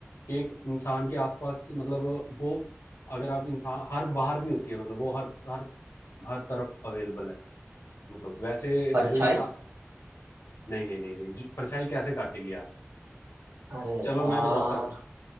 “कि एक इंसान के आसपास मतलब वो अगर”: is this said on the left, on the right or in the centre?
Left